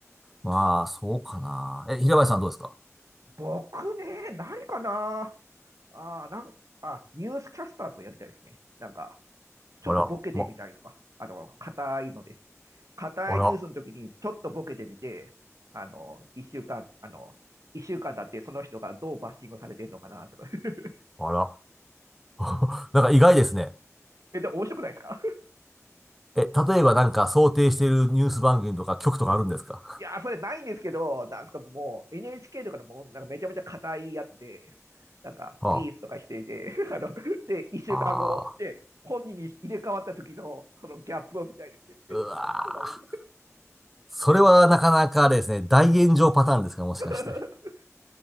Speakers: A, in the centre; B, on the right.
A: まあ、そうかな。え、
B: うん、
A: 平林さんどうですか
B: 僕ね、何かなああ、なん、あ、ニュースキャスターとかやりたいですね。なんか。ちょっとボケてみたりとか、
A: あら、ま、
B: あの、硬いので、硬いニュースの時にちょっとボケてみて、
A: あら、
B: あの、一週間、あの、一週間だってその人がどうバッシングされてるのかなとか。<laughs>
A: あら。<laughs> なんか意外ですね。
B: え、でも面白くないですか
A: え、例えばなんか想定しているニュース番組とか局とかあるんですか
B: <laughs> いやー、それないんですけど、なんすかもう NHK とかのもうなんかめちゃめちゃ硬いやつで、なんかピースとかしていて、
A: あ
B: <laughs> あの、で、一週間後で本人に入れ替わった時のそのギャップを見たいですね。
A: あ、ああ、
B: え、
A: うわー
B: そうなのか
A: それはなかなかあれですね。大炎上パターンですかもしかして。
B: <laughs>